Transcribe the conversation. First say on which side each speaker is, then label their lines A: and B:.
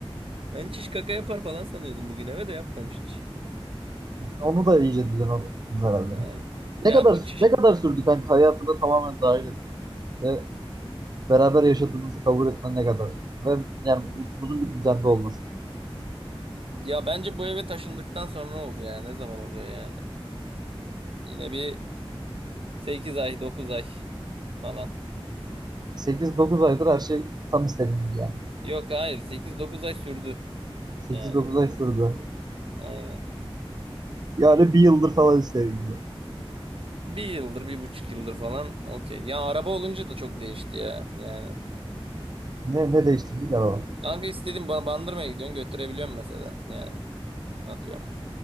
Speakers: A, on the right (about 65°); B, on the right (about 45°).
A: Ben çiş kaka yapar falan sanıyordum bugün eve de yapmamış hiç.
B: Onu da iyice düzen oturttunuz herhalde.
A: Aynen. Ya
B: Ne kadar
A: bu çiş...
B: ne kadar sürdü kanka hayatına tamamen dahil etmen ve beraber yaşadığınızı kabul etmen ne kadar sürdü? Ve yani bu- bunun bir düzende olması.
A: Ya bence bu eve taşındıktan sonra oldu ya. Ne zaman oluyor ya? Yine bir 8 ay 9 ay falan.
B: Sekiz dokuz aydır her şey tam istediğim gibi yani.
A: Yok hayır sekiz dokuz ay sürdü.
B: sekiz
A: Yani
B: dokuz ay sürdü.
A: aynen.
B: Yani bir yıldır falan istediğim gibi.
A: Bir yıldır bir buçuk yıldır falan okey. Ya araba olunca da çok değişti ya yani.
B: Ne, ne değiştirdik araba?
A: Kanka istediğim ba- Bandırma'ya gidiyorsun götürebiliyorum mesela yani atıyorum.